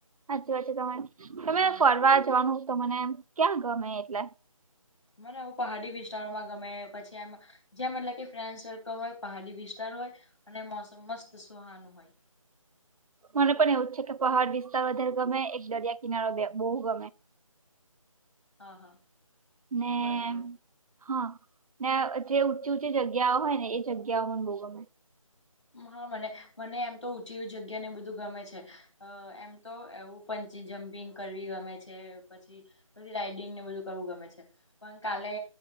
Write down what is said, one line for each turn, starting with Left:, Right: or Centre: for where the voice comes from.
Right: સાચી વાત છે તમારે, તમે
Left: હા
Right: ફરવા જવાનું તો મને ક્યાં ગમે એટલે?
Left: મને આવું પહાડી વિસ્તારોમાં ગમે પછી એમ જેમ એટલે કે ફ્રેન્ડસર્કલ હોય, પહાડી વિસ્તાર હોય અને મોસમ મસ્ત સુહાનું હોય.
Right: મને પણ એવું છે કે પહાડ વિસ્તાર વધારે ગમે, એક દરિયા કિનારો બે બહુ ગમે.
Left: હા હા.
Right: મે.
Left: બરાબર
Right: હા, ને જે ઊંચી ઊંચી જગ્યાઓ હોય ને એ જગ્યાઓ મને બહુ ગમે.
Left: હા, મને મને એમ તો ઊંચી ઉંચી જગ્યાને બધું ગમે છે. અ એમ તો એવું પન્ચિજમ્પિંગ કરવી ગમે છે, પછી બધી રાઈડિંગને એવું બધું કરવું ગમે છે, પણ કાલે